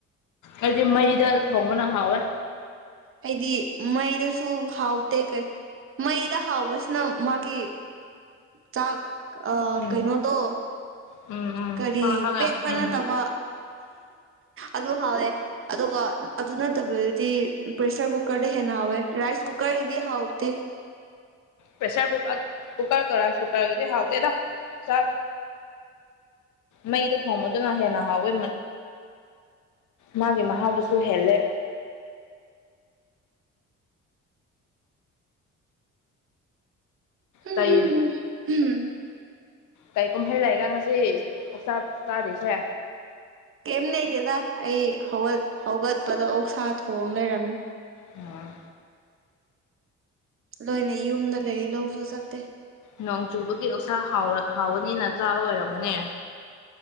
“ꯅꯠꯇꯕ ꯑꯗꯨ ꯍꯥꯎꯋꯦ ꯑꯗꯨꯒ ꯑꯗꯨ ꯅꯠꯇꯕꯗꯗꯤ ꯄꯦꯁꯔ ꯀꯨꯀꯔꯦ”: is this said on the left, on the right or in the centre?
Right